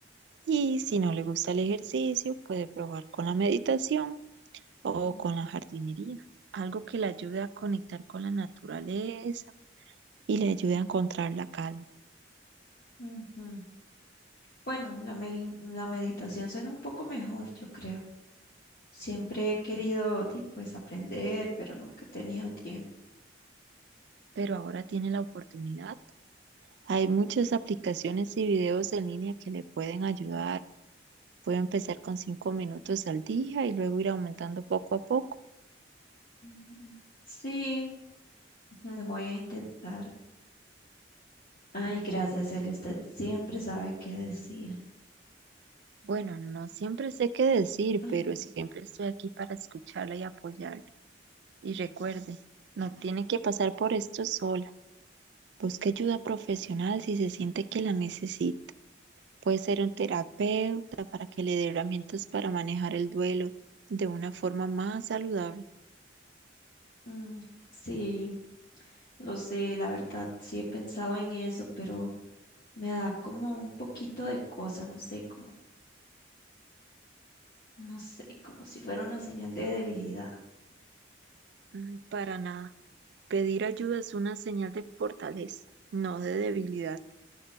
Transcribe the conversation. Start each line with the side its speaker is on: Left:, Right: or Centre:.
Right: Y si no le gusta el ejercicio, puede probar con la meditación o
Left: Mm,
Right: con la jardinería, algo que le ayude a conectar con la naturaleza y le ayude a encontrar la calma.
Left: ujú. Bueno, la, mel- la meditación suena un poco mejor, yo creo. Siempre he querido, di, pues, aprender, pero nunca he tenido tiempo.
Right: Pero ahora tiene la oportunidad. Hay muchas aplicaciones y videos en línea que le pueden ayudar Puedo empezar con cinco minutos al día y luego ir aumentando poco a poco.
Left: Mm, Sí, lo voy a intentar. Ay, gracias, Eli. Usted siempre sabe qué decir.
Right: Bueno, no siempre sé qué decir,
Left: Mm,
Right: pero siempre estoy aquí para escucharla y apoyarla. Y recuerde, no tiene que pasar por esto sola. Busque ayuda profesional si se siente que la necesita. Puede ser un terapeuta para que le dé herramientas para manejar el duelo de una forma más saludable.
Left: mm, Sí, lo sé, la verdad, sí he pensado en eso, pero... me da como un poquito de cosa, no sé, como, no sé, como si fuera una señal de debilidad.
Right: Mm, Para nada. Pedir ayuda es una señal de fortaleza, no de debilidad.